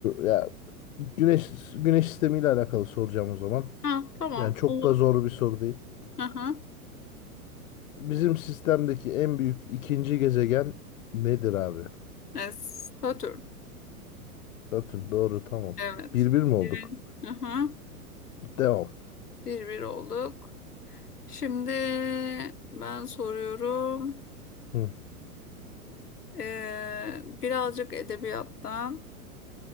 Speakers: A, on the left; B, on the left.
A: ya güneş güneş sistemiyle alakalı soracağım o zaman.
B: Ha, tamam,
A: Yani çok
B: olur.
A: da zor bir soru değil.
B: Aha.
A: Bizim sistemdeki en büyük ikinci gezegen nedir abi?
B: es Satürn.
A: Satürn doğru tamam.
B: Evet.
A: Bir bir mi olduk?
B: Bir, aha.
A: Devam.
B: Bir bir olduk. Şimdi ben soruyorum.
A: Hı,
B: Ee, birazcık edebiyattan.